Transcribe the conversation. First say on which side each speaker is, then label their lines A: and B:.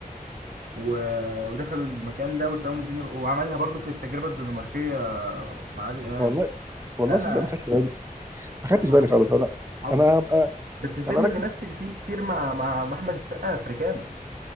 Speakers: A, on the right; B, on the right.
A: و... ودخلوا المكان ده وتلاقوهم الدنيا وعملها برضو في التجربة الدنماركية مع عادل إمام
B: والله والله
A: لا أنا
B: صدق ما خدتش بالي ما
A: لا
B: خدتش
A: ما
B: بالي خالص انا
A: حافظه
B: انا هبقى
A: بس الفيلم
B: هبقى اركز
A: اللي مثل فيه كتير مع مع مع أحمد السقا أفريكانو